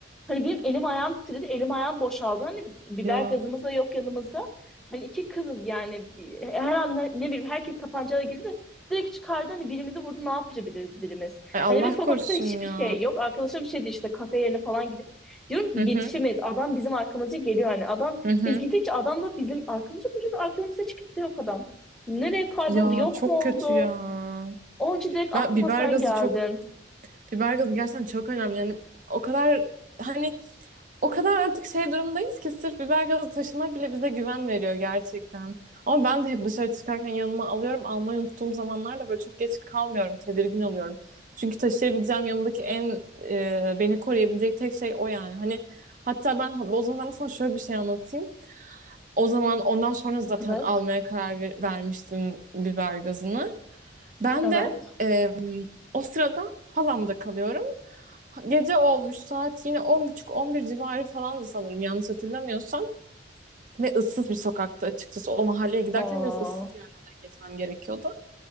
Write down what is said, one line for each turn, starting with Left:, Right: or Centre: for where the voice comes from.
Centre: Hani benim elim ayağım titredi, elim ayağım boşaldı. Hani biber
Right: Ya.
Centre: gazımız da yok yanımızda. Hani iki kızız yani Bir- her an ne, ne bileyim herkes tabancayla girdi. Direkt çıkardı hani birimizi vurdu ne yapabiliriz birimiz.
Right: Ay
Centre: Hani
Right: Allah
Centre: ve sokakta
Right: korusun
Centre: hiçbir
Right: ya.
Centre: şey yok. Arkadaşım şey dedi işte kafe yerine falan gidelim. Diyorum ki
Right: Hı hı.
Centre: yetişemeyiz. Adam bizim arkamızda geliyor hani. Adam
Right: Hı hı.
Centre: biz gittikçe adam da bizim arkamızda koşuyor. ve Arkamızda hiç kimse yok adam. Nereye kayboldu?
Right: Ya
Centre: Yok
Right: çok
Centre: mu oldu?
Right: kötü ya.
Centre: Onun için direkt aklıma
Right: Ben biber
Centre: sen
Right: gazı
Centre: geldin.
Right: çok Biber gazı gerçekten çok önemli. Yani o kadar hani o kadar artık şey durumdayız ki sırf biber gazı taşımak bile bize güven veriyor gerçekten. Ama ben de hep dışarı çıkarken yanıma alıyorum. Almayı unuttuğum zamanlarda böyle çok geç kalmıyorum. Tedirgin oluyorum. Çünkü taşıyabileceğim yanımdaki en e, beni koruyabilecek tek şey o yani. Hani hatta ben o zaman ben sana şöyle bir şey anlatayım. O zaman ondan sonra zaten
Centre: Evet.
Right: almaya karar ver- vermiştim biber gazını. Ben
Centre: Evet.
Right: de e, o sırada halamda kalıyorum. Gece olmuş saat yine on buçuk on bir civarı falandı sanırım yanlış hatırlamıyorsam. Ve ıssız bir sokakta açıkçası o mahalleye giderken
Centre: Aa,
Right: biraz ıssız yerlerden geçmem gerekiyordu.